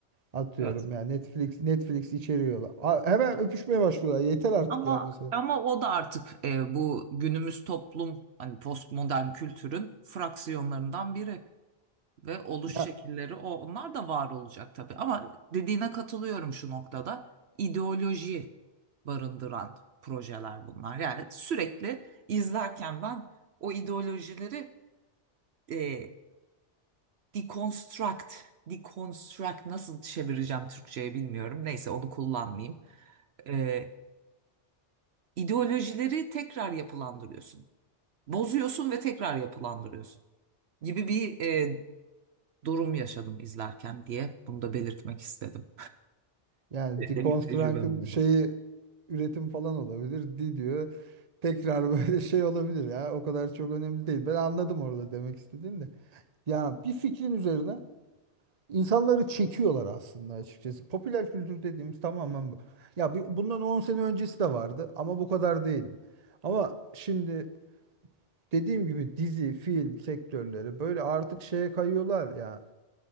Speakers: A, on the right (about 40°); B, on the right (about 65°).
A: Atıyorum
B: Evet.
A: ya Netflix Netflix içeriyorlar. A- hemen öpüşmeye başlıyorlar. Yeter artık
B: Ama
A: ya mesela.
B: ama o da artık e, bu günümüz toplum hani postmodern kültürün fraksiyonlarından biri. Ve oluş
A: Ya
B: şekilleri o onlar da var olacak tabii. Ama dediğine katılıyorum şu noktada. İdeoloji barındıran projeler bunlar. Yani sürekli izlerken ben o ideolojileri e, deconstruct, deconstruct nasıl çevireceğim Türkçe'ye bilmiyorum. Neyse onu kullanmayayım. E, ideolojileri tekrar yapılandırıyorsun. Bozuyorsun ve tekrar yapılandırıyorsun gibi bir e, durum yaşadım izlerken diye bunu da belirtmek istedim.
A: yani
B: Benim
A: Deconstruct'ın
B: tecrübem oldu.
A: şeyi üretim falan olabilir. Di diyor. Tekrar <laughs> böyle şey olabilir ya. O kadar çok önemli değil. Ben anladım orada demek istediğim de. Ya bir fikrin üzerine insanları çekiyorlar aslında açıkçası. Popüler kültür dediğimiz tamamen bu. Ya bir, bundan 10 sene öncesi de vardı ama bu kadar değildi. Ama şimdi dediğim gibi dizi, film sektörleri böyle artık şeye kayıyorlar ya.